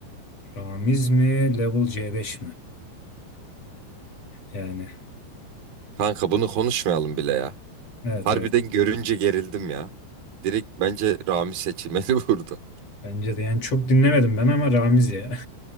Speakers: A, on the left (about 35°); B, on the right (about 55°).
A: Ramiz mi? Level C5 mi? Yani
B: Kanka bunu konuşmayalım bile ya.
A: evet
B: Harbiden
A: evet.
B: görünce gerildim ya. Direkt bence Ramiz seçilmeli <laughs> burada.
A: Bence de yani çok dinlemedim ben ama Ramiz ya.